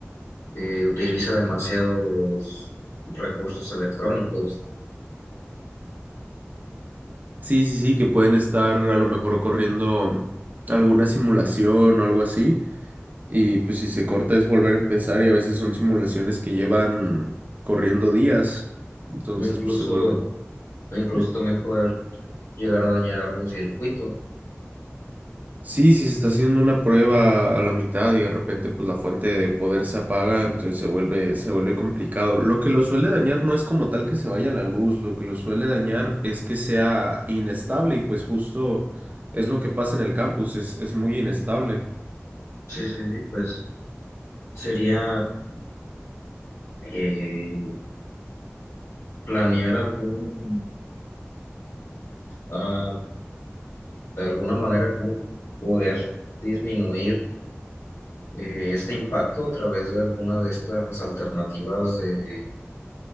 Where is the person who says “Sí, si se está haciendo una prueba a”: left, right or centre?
Right